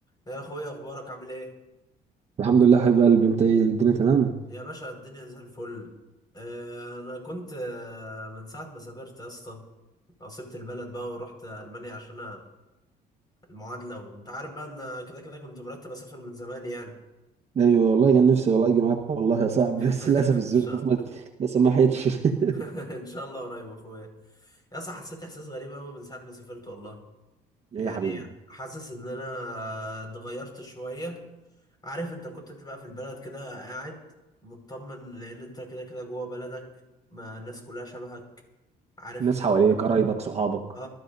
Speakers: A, on the left; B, on the right.
A: يا اخويا اخبارك عامل ايه
B: الحمد لله حبيب قلبي انت ايه الدنيا تمام
A: يا باشا الدنيا زي الفل آه، انا كنت آه، من ساعه ما سافرت يا اسطى سبت البلد بقى ورحت المانيا عشان المعادله وانت عارف بقى ان كده كده كنت مرتب اسافر من زمان يعني
B: ايوه والله كان نفسي والله اجي معاك والله يا صاحبي بس
A: <laughs>
B: للاسف
A: ان
B: الظروف
A: شاء
B: ما ما سمحتش <laughs>
A: <laughs> ان شاء الله قريب يا اخويا يا اسطى حسيت احساس غريب قوي من ساعه ما سافرت والله يعني
B: ايه يا حبيبي
A: حاسس ان انا اتغيرت شويه عارف انت كنت بتبقى في البلد كده قاعد مطمن لان انت كده كده جوه بلدك ما الناس كلها شبهك عارف
B: الناس
A: اللي
B: حواليك
A: هو
B: قرايبك صحابك
A: اه